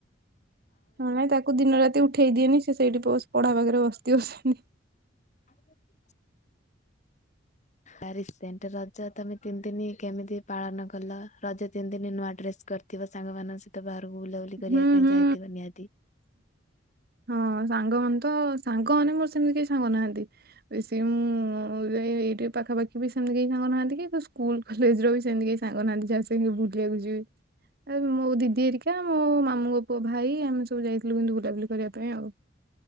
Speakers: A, on the right; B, on the left.
A: ନାହିଁ ତାକୁ ଦିନ ରାତି ଉଠେଇ ଦିଏନି ସେ ସେଇଠି ବସ୍ ପଢା ପାଖରେ ବସିଥିବ ସେମିତି।
B: <inaudible> ଆରେ ରିସେଣ୍ଟ ରଜ ତମେ ତିନି ଦିନ କେମିତି ପାଳନ କଲ? ରଜ ତିନି ଦିନ ନୂଆ ଡ୍ରେସ କରି ଥିବ ସାଙ୍ଗମାନଙ୍କ ସହିତ ବାହାରକୁ ବୁଲାବୁଲି କରିବା
A: ହୁଁ
B: ପାଇଁ
A: ହୁଁ
B: ଯାଇଥିବ ନିହାତି?
A: ହଁ ସାଙ୍ଗମାନେ ତ ସାଙ୍ଗମାନେ ମୋର ସେମିତି କେହି ସାଙ୍ଗ ନାହାନ୍ତି। ବେଶୀ ବି <inaudible> ମୁଁ ଏ ଏଇଠି ପାଖାପାଖି ବି ସେମିତି କେହି ସାଙ୍ଗ ନାହାନ୍ତି କି ସ୍କୁଲ କଲେଜର ବି ସେମିତି କେହି ସାଙ୍ଗନାହାନ୍ତି ଯାହା ସାଙ୍ଗେ ବୁଲିବାକୁ ଯିବି? ଆଉ ମୋ ଦିଦି ଏରିକା ମୋ ମାମୁଙ୍କ ପୁଅ ଭାଇ ଆମେ ସବୁ ଯାଇଥିଲୁ କିନ୍ତୁ ବୁଲାବୁଲି କରିବା ପାଇଁ ଆଉ।